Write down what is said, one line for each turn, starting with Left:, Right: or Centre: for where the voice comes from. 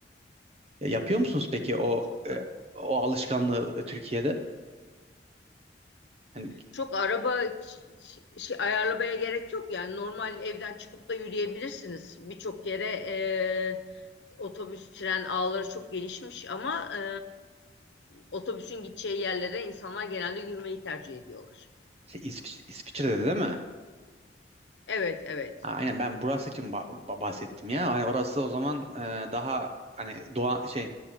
Right: Ya, yapıyor musunuz peki o
Left: Çok
Right: e, o alışkanlığı e, Türkiye'de? Hani
Left: çok araba ç- ç- şey, ayarlamaya gerek yok yani normal evden çıkıp da yürüyebilirsiniz. Birçok yere e, otobüs, tren ağları çok gelişmiş ama e, otobüsün gideceği yerlere insanlar genelde yürümeyi tercih ediyorlar.
Right: şey, İsviç- İsviçre'de de değil mi?
Left: Evet, evet.
Right: Ha, Aynen ben burası için ba- ba- bahsettim ya. Hani orası o zaman e, daha hani doğa şey